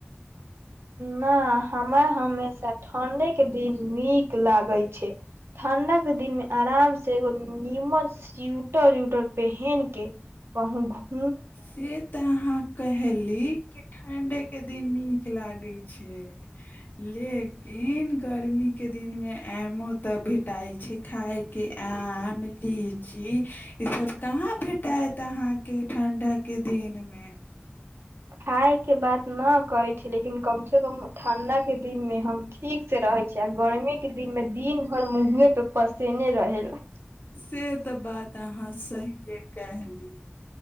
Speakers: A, on the right; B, on the left.
A: न हमरा हमेशा ठंडे के दिन नीक लागय छै। ठंडा के दिन में आराम से एगो नु नीमन स्यूटर-उूटर पेहन के कहूँ घु
B: से तऽ अहाँ कहएली के ठंडे के दिन नीक लागे छै, लेकिन गर्मी के दिन में आमो तऽ भेटाई छै, खाय के आम, लीची। ईसब कहाँ भेटाइत अहाँके ठण्ढा के दिनमे।
A: खाय के बात न करै छी, लेकिन कम से कम ठण्डा के दिन मे हम ठीक से रहै छि, आ गर्मी के दिन मे दिन भर मुँहवे पे पसिने रहे ला।
B: से तऽ बात अहाँ सहिए केहली,